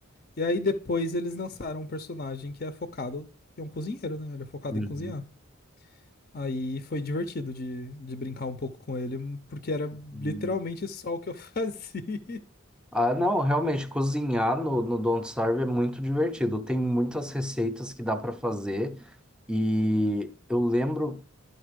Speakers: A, on the left; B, in the centre.
A: E aí depois eles lançaram um personagem que é focado, que é um cozinheiro, né? Ele é focado
B: uhum,
A: em cozinhar. Aí foi divertido de, de brincar um pouco com ele, porque era
B: uhum.
A: literalmente só o que eu <laughs> fazia.
B: Ah, não, realmente, cozinhar no, no Don't Starve é muito divertido. Tem muitas receitas que dá para fazer. E eu lembro.